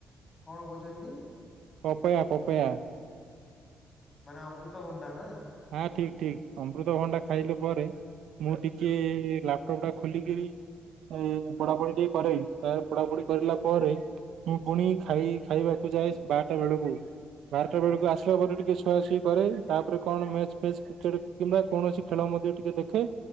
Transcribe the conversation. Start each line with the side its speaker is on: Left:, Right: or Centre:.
Left: କଣ କହୁଛନ୍ତି
Right: ପପୟା ପପୟା।
Left: ମାନେ ଅମୃତଭଣ୍ଡା ନା।
Right: ହଁ ଠିକ ଠିକ ଅମୃତଭଣ୍ଡା ଖାଇଲେ ପରେ ମୁଁ ଟିକେ ଲାପଟପ୍ ଟା ଖୋଲିକିରି ଏଇ ପଢାପଢି ଟିକେ କରେ ତା ପଢାପଢି କରିଲା ପରେ ମୁଁ ପୁଣି ଖାଇ ଖାଇବାକୁ ଯାଏ ବାରଟା ବେଳକୁ ବାରଟା ବେଳକୁ ଆସିଲା ପରେ ଟିକିଏ ସୋ ସୁଆ ସୁଇ କରେ ତାପରେ କଣ ମ୍ୟାଚ୍ ଫ୍ୟାଚ କ୍ରିକେଟ କିମ୍ବା କୌଣସି ଖେଳ ମଧ୍ୟ ଟିକେ ଦେଖେ।